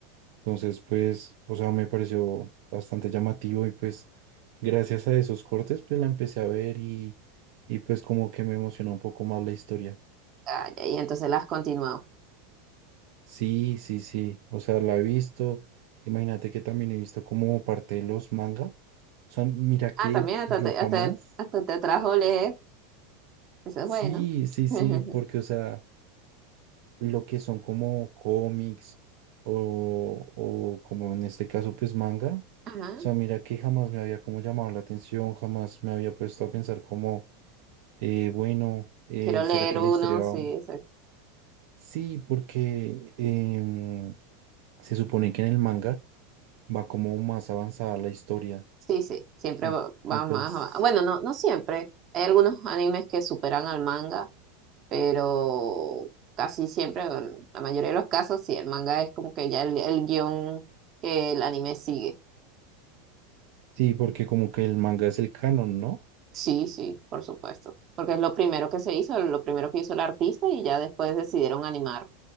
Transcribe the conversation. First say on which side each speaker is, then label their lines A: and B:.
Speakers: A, on the right (about 60°); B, on the right (about 40°).
A: Entonces, pues, o sea, me pareció bastante llamativo y pues gracias a esos cortes, pues la empecé a ver y, y pues como que me emocionó un poco más la historia.
B: Ah, ya, y entonces las continuamos.
A: Sí, sí, sí. O sea, la he visto. Imagínate que también he visto como parte de los manga. O sea, mira que
B: Ah, también hasta
A: yo
B: te,
A: jamás.
B: hasta, hasta te trajo leer. Eso es
A: Sí,
B: bueno.
A: sí, sí,
B: <laughs>
A: porque, o sea, lo que son como cómics o, o como en este caso, pues manga.
B: Ajá.
A: O sea, mira que jamás me había como llamado la atención, jamás me había puesto a pensar como, eh, bueno, eh,
B: Quiero
A: ¿será
B: leer
A: que
B: uno,
A: la historia va?
B: sí, exacto.
A: Sí, porque em, se supone que en el manga va como más avanzada la historia.
B: Sí, sí. Siempre
A: Y,
B: va, va
A: y pues
B: más. va- Bueno, no, no siempre. Hay algunos animes que superan al manga, pero casi siempre, en la mayoría de los casos, sí, el manga es como que ya el, el guión que el anime sigue.
A: sí, porque como que el manga es el canon, ¿no?
B: Sí, sí, por supuesto, porque es lo primero que se hizo, lo primero que hizo el artista y ya después decidieron animar